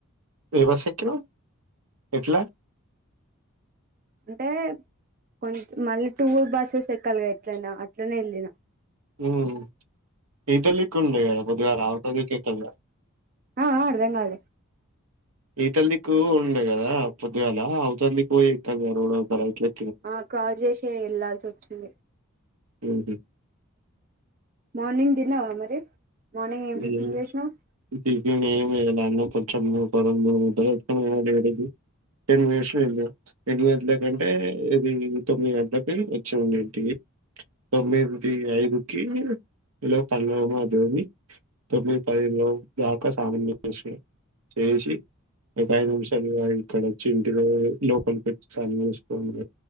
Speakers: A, on the right; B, on the right.
A: ఏవశక్య ఎట్లా
B: అంటే కొం మళ్ళీ టూర్ బస్సెస్ ఎ కలుగా ఎట్లనా అట్లనే వెళ్ళిన
A: ఉమ్ ఇదలీకి ఉండె రార అత మీ కేకల
B: ఆ ఆ అర్థం కాలె
A: ఈతల్లికి ఉండే కదా పొద్గాగల అవుతల్లికి పోయి క రోడ్త ఇల
B: ఆ క్రాస్ చేసి వెళ్లాల్సి వచ్చింది
A: ఉంది
B: మర్నింగ్ తినవా అ మరి మార్నింగ్ ఏం
A: మ్
B: టిఫిన్ చేసినావ్
A: టిఫిన్ ఎమ్ చేయాలె అన్నం కొంచం పరం మూడు ముఠాలు ఎతుకు పోయిన డాడీ కి ఏను విష ఇ ఎన్ని గంటల కంటే ఇది తొమ్మిది గంటలకి వచ్చి ఉండంటి తొమిదికి ఐదుకి ఇ లో పలవ మా దోవి తబి పదహైదు లోపు స్నానం చే చేసి ఒక ఐదు నిమిషాలు ఇక్కడ వచ్చి ఇంటిలో లోపలి పెట్టిసుకడి